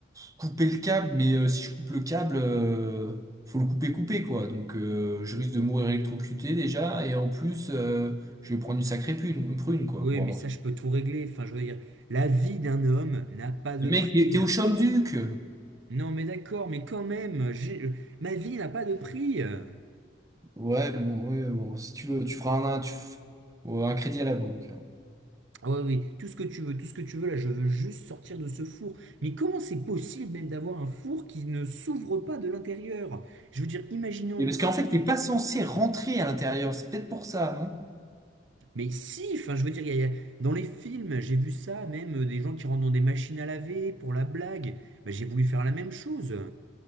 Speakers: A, on the right; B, on the right.
A: couper le câble, mais euh, si je coupe le câble, euh, faut le couper, couper, quoi. Donc, euh, je risque de mourir électrocuté, déjà, et en plus, euh, je vais prendre une sacrée prune, prune, quoi,
B: Oui,
A: pour
B: mais
A: avoir...
B: ça,
A: fait.
B: je peux tout régler. Enfin, je veux dire, la vie d'un homme n'a pas de
A: Mais mec,
B: prix.
A: t'es t'es au Champ-Duc!
B: Non, mais d'accord, mais quand même, j'ai- euh, ma vie n'a pas de prix. euh.
A: Ouais, bon, ouais, bon, si tu veux, tu feras un, un, tu f- ou un crédit à la banque.
B: Ah ouais, oui, tout ce que tu veux, tout ce que tu veux, là, je veux juste sortir de ce four. Mais comment c'est possible même d'avoir un four qui ne s'ouvre pas de l'intérieur? Je veux dire, imaginons,
A: Et parce qu'en fait, t'es pas censé rentrer à l'intérieur. C'est peut-être pour ça, non?
B: mais si, enfin, je veux dire, il y a- il y a- dans les films, j'ai vu ça, même euh, des gens qui rentrent dans des machines à laver pour la blague. Bah, j'ai voulu faire la même chose,